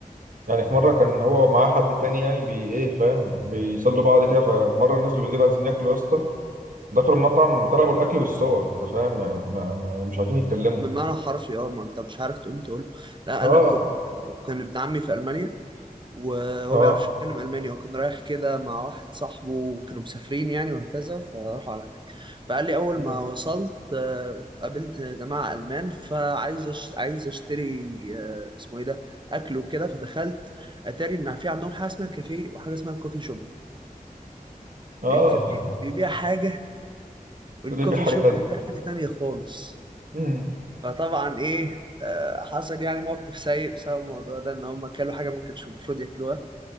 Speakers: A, on the right; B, on the right.
A: يعني في مره كان هو معاه حد تاني يعني بي ايه فاهم بيصلوا بعض كده فمره نزلوا بالليل عايزين ياكلوا يا اسطى دخلوا المطعم طلبوا الاكل بالصور انت فاهم يعني ما ما- مش عارفين يتكلموا
B: بمعنى حرفي اه ما أنت مش عارف تقوم تقول لا
A: اه
B: أنا كنت كان ابن عمي في ألمانيا وهو
A: اه
B: بيعرفش يتكلم ألماني وكان رايح كده مع واحد صاحبه وكانوا مسافرين يعني وهكذا فراحوا على هناك فقال لي أول
A: مم.
B: ما وصلت آه، قابلت جماعة ألمان فعايز أش... عايز أشتري آه، اسمه إيه ده أكل وكده فدخلت أتاري إن في عندهم حاجة اسمها كافيه وحاجة اسمها كوفي شوب
A: اه
B: الكافيه بيبيع حاجة والكوفي
A: وليبيا حاجة
B: شوب
A: تانية
B: بيبيع حاجة تانية خالص
A: مم.
B: فطبعا إيه آه، حصل يعني موقف سيء بسبب الموضوع ده إن هم كلوا حاجة ما كانش المفروض ياكلوها